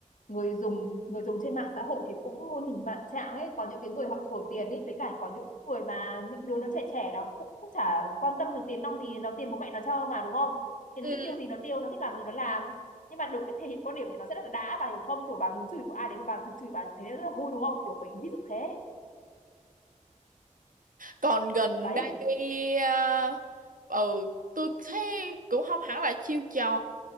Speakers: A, on the left; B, on the right.
A: người dùng người dùng trên mạng xã hội thì cũng muôn hình vạn trạng ấy có những cái người họ thua tiền ấy với cả có những người mà những đứa nó trẻ trẻ nó cũng, cũng chả quan tâm được tiền nong gì nó tiền bố mẹ nó cho mà đúng không thì
B: ừ.
A: nó thích tiêu gì nó tiêu nó thích làm gì nó làm nhưng mà được cái thể hiện quan điểm này nó rất là đã bà hiểu không kiểu bà muốn chửi của ai đấy mà bà được chửi bà thấy rất là vui đúng không kiểu vậy ví dụ thế
B: còn gần
A: đấy
B: đây à, ừ tôi thấy cũng không hẳn là chiêu trò